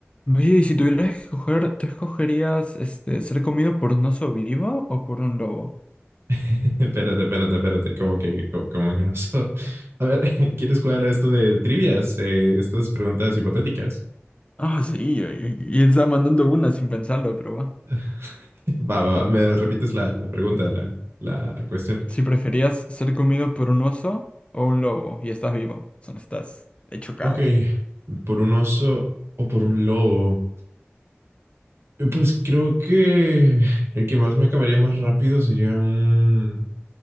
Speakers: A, on the left; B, on the right.
A: Oye, y si tuvieras que escoger, ¿tú escogerías este, ser comido por un oso vivo o por un lobo?
B: <laughs> Espérate, espérate, espérate, como que, como, como que no. so- A ver, <laughs> ¿quieres jugar a esto de trivias? Eh, estas preguntas hipotéticas.
A: Ah, sí, y, y estaba mandando una sin pensarlo, pero va.
B: <laughs> Va, va, va, me repites la, la pregunta, la, la, la cuestión.
A: Si preferías ser comido por un oso o un lobo y estás vivo, o sea, no estás hecho cadáver.
B: Ok, ¿por un oso o por un lobo? Eh, Pues creo que el que más me acabaría más rápido sería un,